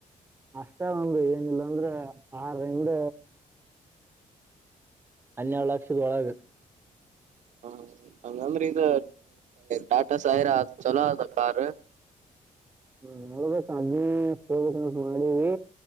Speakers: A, on the right; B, on the right.
A: ಅಷ್ಟ ಒಂದು ಏನಿಲ್ಲ ಅಂದ್ರೆ ಆರಿಂದ ಹನ್ನೆರಡು ಲಕ್ಷದ ಒಳಗ
B: ಹ ಹಂಗಂದ್ರ ಇಗ ಟಾಟಾ ಸೈರ್ ಚಲೋ ಅದ ಕಾರ್
A: ಹ್ಮ್ ನೋಡ್ಬೇಕ್ ಅದ್ನೆ ತೊಬೇಕ್ ಅಂತ ಮಾಡಿವಿ